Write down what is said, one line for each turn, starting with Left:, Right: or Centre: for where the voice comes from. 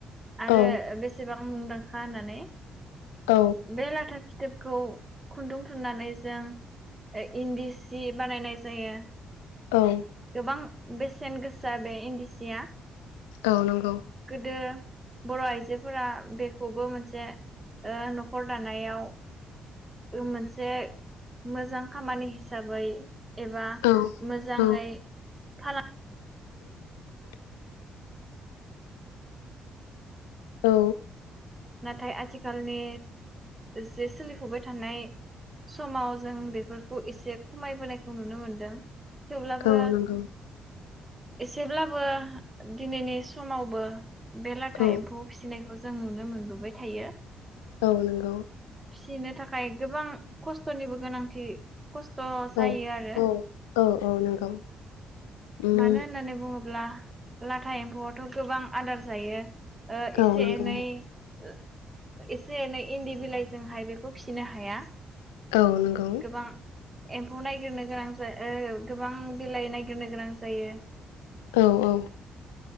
Right: आरो
Left: औ
Right: बेसेबा मुंदांखा होननानै
Left: औ
Right: बे लाथा फिथोबखौ खुन्दुं थुननानै जों इन्दि सि बानायनाय जायो।
Left: औ।
Right: बां बेसेन गोसा बे इन्दि सिया।
Left: औ नंगौ।
Right: गोदो बर' आइजोफोरा बेखौबो मोनसे ओ न'खर दानायाव मोनसे मोजां खामानि हि हिसाबै एबा
Left: औ
Right: मोजाङै
Left: औ
Right: फाला
Left: <inaudible> औ।
Right: नाथाय आथिखालनि जे सोलिफुबाय थानाय समाव जों बेफोरखौ इसे खमायबोनायखौ नुनो मोनदों। थेवब्लाबो
Left: औ नोंगौ।
Right: एसेब्लाबो दिनैनि समावबो बे लाथा
Left: औ
Right: एम्फौ फिसिनाय जों नुनो मोन नुबाय थायो।
Left: औ नोंगौ
Right: सिनो थाखाय गोबां खस्तनिबो गोनांथि खस्त
Left: औ
Right: जायो आरो
Left: औ औ नंगौ उम
Right: मानो होननानै बुङोब्ला लाथा एम्फौआथ गोबां आदार जायो। ओ
Left: औ
Right: इसे
Left: नंगौ
Right: एनै। ओ इसे एनै इन्दि बिलाइजोंहाय बेखौ फिसिनो हाया।
Left: औ नोंगौ
Right: गोबां एम्फौ नायगिरनो गोनां जा ओ गोबां बिलाइ नायगिरनो गोनां जायो
Left: औ औ